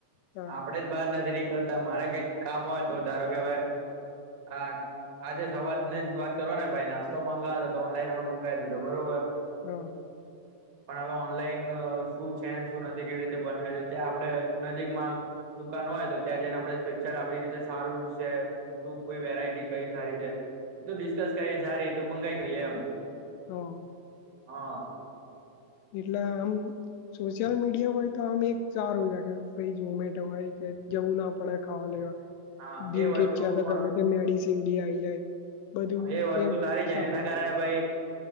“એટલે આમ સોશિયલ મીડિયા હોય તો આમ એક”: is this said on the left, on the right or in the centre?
Left